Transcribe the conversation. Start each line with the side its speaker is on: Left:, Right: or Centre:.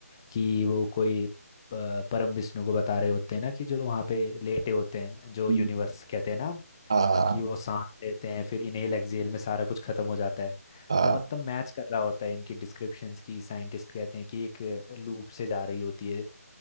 Left: कि वो कोई प- परम विष्णु को बता रहे होते हैं ना कि जो वहाँ पे लेटे होते हैं जो
Right: <laughs>
Left: यूनिवर्स कहते हैं ना
Right: हाँ
Left: कि वो सांस लेते हैं फिर इनहेल एक्सहेल में सारा कुछ खत्म हो जाता है
Right: हाँ
Left: तो मतलब मैच कर रहा होता है इनकी डिस्क्रिप्शंस की साइंटिस्ट कहते हैं कि एक लूप से जा रही होती है